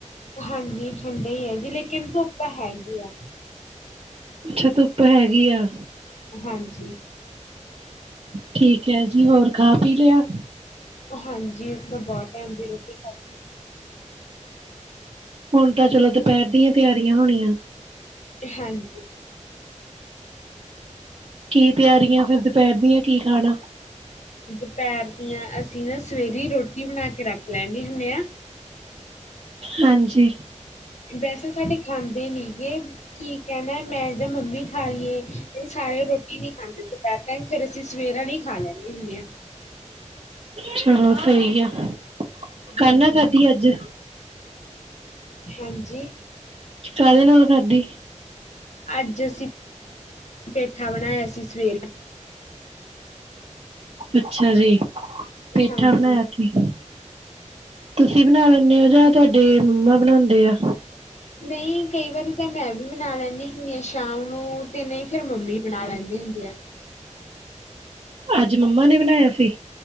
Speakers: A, on the left; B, on the right.
A: ਹਾਂਜੀ ਠੰਡੇ ਹੀ ਹੈ ਜੀ ਲੇਕਿਨ ਧੁੱਪਾ ਹੈਗੀ ਆ।
B: ਅੱਛਾ ਧੁੱਪ ਹੈਗੀ ਆ।
A: ਹਾਂਜੀ।
B: ਠੀਕ ਜੀ ਹੋਰ ਖਾ ਪੀ ਲਿਆ।
A: ਹਾਂਜੀ ਅਸੀਂ ਤਾਂ ਬਹੁਤ ਟਾਈਮ ਦੀ ਰੋਟੀ ਖਾਧੀ ਏ?
B: ਹੁਣ ਤਾਂ ਚਲੋ ਦੁਪਹਿਰ ਦੀਆਂ ਤਿਆਰੀਆਂ ਹੋਣੀਆਂ।
A: ਹਾਂਜੀ।
B: ਕੀ ਤਿਆਰੀਆਂ ਫਿਰ ਦੁਪਹਿਰ ਦੀਆਂ ਕੀ ਖਾਣਾ?
A: ਦੁਪਹਿਰ ਦੀਆਂ ਅਸੀਂ ਨਾ ਸਵੇਰੇ ਰੋਟੀ ਬਣਾ ਕੇ ਰੱਖ ਲੈਂਦੇ ਹੁੰਦੇ ਹਾਂ।
B: ਹਾਂਜੀ
A: ਬੇਸੇ ਸਾਡੇ ਖਾ ਦੇ ਨੀ ਗੇ ਕੀ ਕਹਿਣਾ ਮੈਂ ਜਾਂ ਮੰਮੀ ਖਾ ਲਈਏ ਤੇ ਸਾਰੇ ਰੋਟੀ ਨੀ ਖਾਂਦੇ ਦੁਪਹਿਰ ਟਾਈਮ ਫੇਰ ਅਸੀਂ ਸਵੇਰ ਆਲੀ ਖਾ ਲੈਂਦੇ ਹੁੰਦੇ ਹਾਂ
B: ਚਲੋ ਸਹੀ ਆ,
A: ਹਾਂਜੀ-ਹਾਂਜੀ,
B: ਕਾਹਨਾ ਖਾਦੀ ਅੱਜ।
A: ਹਾਂਜੀ।
B: ਕਾਹਦੇ ਨਾਲ ਖਾਧੀ?
A: ਅੱਜ ਅਸੀਂ ਪੇਠਾ ਬਣਾਇਆ ਸੀ ਸਵੇਰੇ।
B: ਅੱਛਾ ਜੀ। ਪੇਠਾ
A: ਹਾਂਜੀ-ਹਾਂਜੀ।
B: ਬਣਾਇਆ ਸੀ ਤੁਸੀਂ ਬਣਾ ਲ ਜਾਂ ਤੁਹਾਡੇ ਮੰਮਾ ਬਣਾਦੇ ਆ।
A: ਨਹੀਂ ਕਈ ਵਾਰੀ ਤਾਂ ਮੈਂ ਵੀ ਬਨਾ ਲੈਂਦੀ ਹੁੰਦੀ ਹਾਂ, ਸ਼ਾਮ ਤੇ ਨਹੀਂ ਫੇਰ ਮੰਮੀ ਬਣਾ ਲੈਂਦੇ ਹੁੰਦੇ ਆ।
B: ਅੱਜ ਮੰਮਾ ਨੇ ਬਣਾਇਆ ਸੀ।